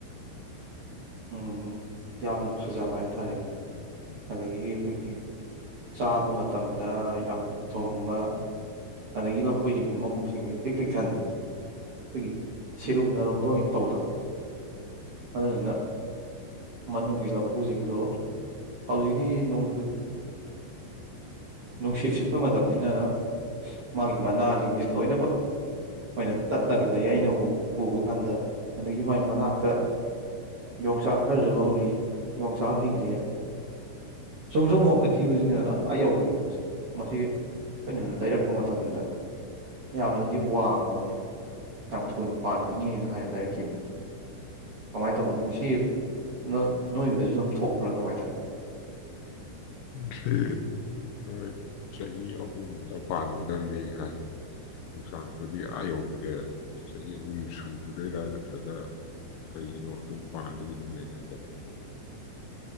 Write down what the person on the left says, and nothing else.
<unintelligible>
ꯁꯤ ꯍꯣꯏ ꯆꯍꯤ ꯑꯍꯨꯝꯗ ꯄꯥꯟꯒꯗꯕꯅꯤ ꯍꯥꯏ ꯌꯣꯡꯆꯥꯛꯇꯨꯗꯤ ꯑꯥ ꯌꯧꯕꯗ ꯆꯍꯤ ꯑꯍꯨꯝ ꯁꯨꯗ꯭ꯔꯤꯔꯤꯕꯩꯔꯥ ꯅꯠꯇ꯭ꯔꯒ ꯀꯩꯒꯤꯅꯣ ꯑꯗꯨꯝ ꯄꯥꯗꯒꯤ ꯑꯗꯨꯝ ꯂꯩ ꯍꯥꯏꯇꯥꯔꯦ ꯑꯗꯨ ꯍꯧꯕꯤ